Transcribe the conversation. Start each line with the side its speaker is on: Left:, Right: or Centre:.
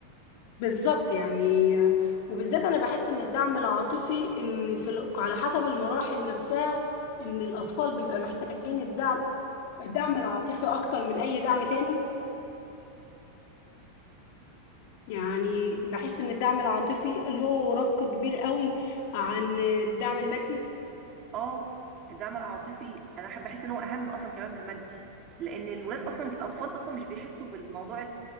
Left: بالظبط يعني وبالذات انا بحس ان الدعم العاطفي ان في ال- على حسب المراحل نفسها ان الاطفال بيبقى محتاجين الدعم الدعم العاطفي اكتر من اي دعم تاني يعني بحس ان الدعم العاطفي له رق كبير قوي عن الدعم المادي
Right: اه الدعم العاطفي انا بحب- بحس ان هو اهم اصلا كمان من المادي لان الولاد اصلا الاطفال اصلا مش بيحسوا بالموضوع